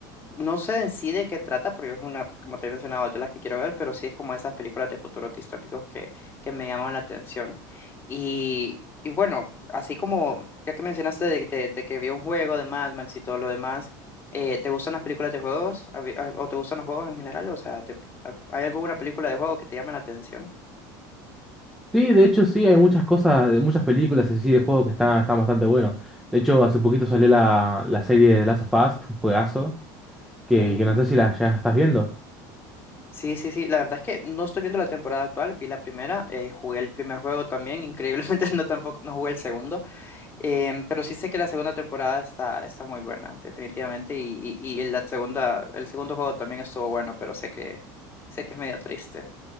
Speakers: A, on the left (about 20°); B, in the centre.
A: no sé en sí de qué trata, porque es una, como te he mencionado, de las que quiero ver, pero sí es como esas películas de futuros distópicos que, que me llaman la atención. Y, y bueno, así como ya que mencionaste de, de- de que vio un juego de Mad Max y todo lo demás, eh, ¿te gustan las películas de juegos? A vi- a- ¿O te gustan los juegos en general? O sea, te- a- ¿hay alguna película de juego que te llame la atención?
B: Sí, de hecho sí, hay muchas cosas, de muchas películas así de juego que están, están bastante buenos. De hecho, hace poquito salió la, la serie de Last of Us, un juegazo, que,
A: Ujú.
B: que no sé si la ya estás viendo.
A: Sí, sí, sí. La verdad es que no estoy viendo la temporada actual. Vi la primera, eh, jugué el primer juego también. Increíblemente <laughs> no tampoco no jugué el segundo, em, pero sí sé que la segunda temporada está, está muy buena, definitivamente. Y, y, y la segunda, el segundo juego también estuvo bueno, pero sé que sé que es medio triste.